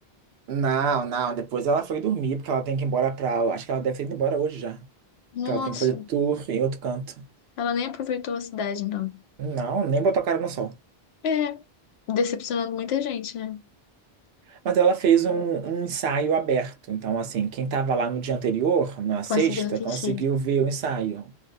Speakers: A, on the right; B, on the left.
A: Não, não, depois ela foi dormir, porque ela tem que ir embora pra. Acho que ela deve ter ido embora hoje já.
B: Nossa,
A: Que ela tem que fazer tour em outro canto.
B: ela nem aproveitou a cidade, não.
A: Não, nem botou a cara no sol.
B: É, decepcionando muita gente, né?
A: Mas ela fez um, um ensaio aberto. Então, assim, quem estava lá no dia anterior, na
B: Conseguiu
A: sexta,
B: assistir
A: conseguiu ver o ensaio.